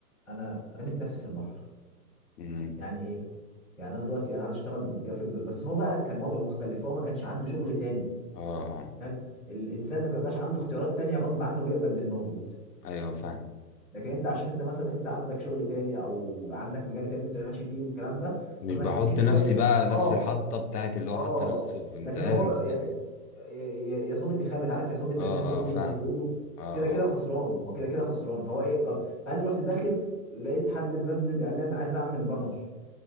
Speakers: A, in the centre; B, on the left.
A: انا رميت نفسي في البحر
B: امم
A: يعني ايه يعني انا دلوقتي انا عايز اشتغل بالجرافيك ديزاين بس هو بقى كان وضعه مختلف هو ما كانش عنده شغل تاني
B: اه اه
A: فاهم الانسان لما يبقاش عنده اختيارات تانية غصب عنه بيقبل بالموجود
B: ايوه فاهم
A: لكن انت عشان انت مثلا انت عندك شغل تاني او عندك مجال تاني انت ماشي فيه والكلام ده
B: مش
A: فمشيت
B: بحط
A: شويه
B: نفسي بقى نفس
A: اه
B: الحطه بتاعت اللي هو
A: اه
B: حط نفسه في انت
A: لكن
B: لازم
A: هو
B: تتعمل
A: يا يا يا صابت يا خابت عارف يا صابت
B: اه
A: يا اتنين عور
B: اه فاهم
A: زي ما بيقولوا
B: اه
A: كده كده خسران هو كده كده خسران فهو ايه جر... فقال لي رحت داخل لقيت حد منزل اعلان عايز اعمل بانر